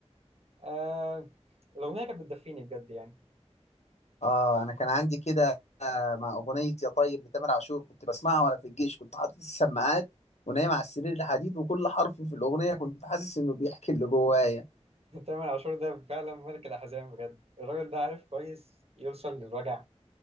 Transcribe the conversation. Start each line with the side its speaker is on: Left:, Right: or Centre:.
Right: آه الاغنيه كانت بتدفيني بجد يعني
Left: اه انا كان عندي كده آه، مع اغنيه يا طيب لتامر عاشور كنت بسمعها وانا في الجيش كنت حاطط السماعات ونايم على السرير الحديد وكل حرف في الاغنيه كنت حاسس انه بيحكي اللي جوايا
Right: تامر عاشور ده فعلا ملك الأحزان بجد الراجل ده عارف كويس يوصل للوجع